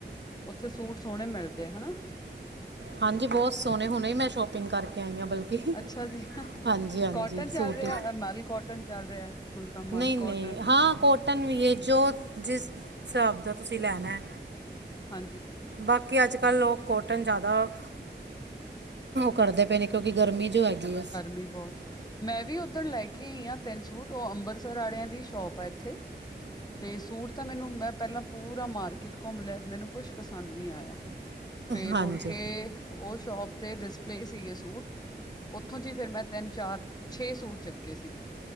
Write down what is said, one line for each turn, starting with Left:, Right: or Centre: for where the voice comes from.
Left: ਓੱਥੇ ਸੂਟ ਸੋਨੇ ਮਿਲਦੇ ਆ ਹੈਨਾ।
Right: ਹਾਂਜੀ ਬੋਤ ਸੋਣੇ ਹੁਣੇ ਮੈਂ ਸ਼ੋਪਿੰਗ ਕਰਕੇ ਆਈ ਆ ਬਲ ਕਿ
Left: ਅੱਛਾ ਜੀ।
Right: ਹਾਂਜੀ-ਹਾਂਜੀ
Left: ਕੋਟਨ ਚੱਲ
Right: ਸੂਟ
Left: ਰਿਹਾ
Right: ਈ।
Left: ਮਲ ਕੋਟਨ ਚੱਲ ਰਿਹਾ ਹੁਣ ਤਾਂ ਮਲ
Right: ਨਈ-ਨਈ
Left: ਕੋਟਨ
Right: ਹਾਂ ਕੋਟ ਨ ਵੀ ਏ ਜੋ ਜਿਸ ਹਿਸਾਬ ਦਾ ਤੁਸੀਂ ਲੈਨਾ
Left: ਹਾਂਜੀ।
Right: ਬਾਕੀ ਆੱਜ-ਕੱਲ ਲੋਕ ਕੋਟਨ ਜੈਦਾ ਕਰਦੇ ਪਏ ਨੇ ਕਿਉਂਕਿ ਗਰਮੀ ਜੋ ਹੈਗੀ ਏ।
Left: ਵੀ ਬੋਤ ਮੈਂ ਵੀ ਓਧਨ ਲੈ ਕੇ ਆਈ ਆ ਤਿੰਨ ਸੂਟ ਓ ਅੰਬਰਸਰ ਵਾਲਿਆਂ ਦੀ ਸ਼ੋਪ ਆ ਇੱਥੇ। ਤੇ ਸੂਟ ਤਾਂ ਮੈਨੂੰ ਮੈਂ ਪੈਲਾਂ ਪੂਰਾ ਮਾਰਕੀਟ ਘੁੰਮ ਲਿਆ ਮੈਨੂੰ ਕੁਛ ਪਸੰਦ ਨੀ ਆਇਆ ਫੇਰ
Right: ਹਾਂਜੀ
Left: ਮੁੜ ਕੇ ਓ ਸ਼ੋਪ ਤੇ ਡਿਸਪਲੇ ਸੀਗੇ ਸੂਟ ਓੱਥੋਂ ਜੀ ਫੇਰ ਮੈਂ ਤਿੰਨ, ਚਾਰ, ਛੇ ਸੂਟ ਚੱਕੇ ਸੀਗੇ।